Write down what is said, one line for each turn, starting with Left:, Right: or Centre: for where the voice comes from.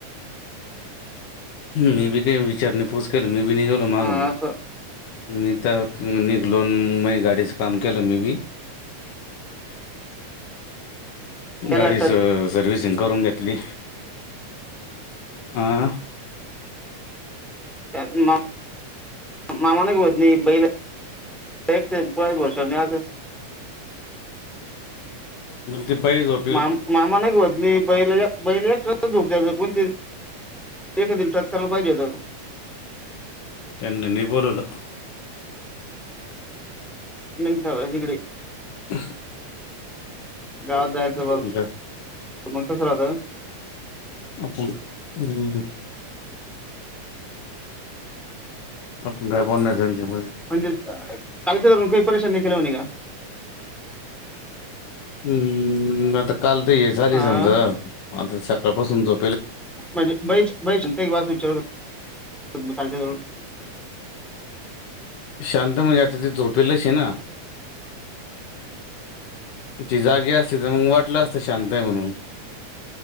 Centre: <unintelligible>
Left: मी बी काई विचारणेपोसकेली मी बी नही गेलो माघ
Centre: हा
Left: मग.
Centre: असं
Left: मी त निघलोन माई गाडीचं काम केलं मी बी.
Centre: त्यांना
Left: गाडीच
Centre: टच
Left: सर्विसिंग करून घेतली. आं.
Centre: त्यात म. मामाने होत नाही. <unintelligible> बैईला भोरसा नाही अस.
Left: ते बाई झोप
Centre: मामा मामा नाही ग होत म बैईला बैईला एकट्याला झोप त्यात कोणतीरी एकखंदीला टच करायला पाहिजे होेतं.
Left: त्यांना नाही बोलवल.
Centre: नेउन ठेवा तिकडे.
Left: हं. <unintelligible>
Centre: गावात जायचं बर,
Left: मग काय
Centre: मग कसं राहत.
Left: अपूण हम्म. आपूण काय बोलणार ये त्यांच्या मध्ये.
Centre: म्हणजे कालच्या धरून काही परेशान नाही केलं म्हणी का?
Left: हम्म आता काल तर हे झाले
Centre: हा
Left: समजा. आता सकाळपासून झो
Centre: म्हणजे बईच बईच <unintelligible> खालच्या.
Left: शांत म्हणजे आता ती झोपेलचय ना? ती जागी असती तर मग वाटलं असतं शांत आहे म्हणून?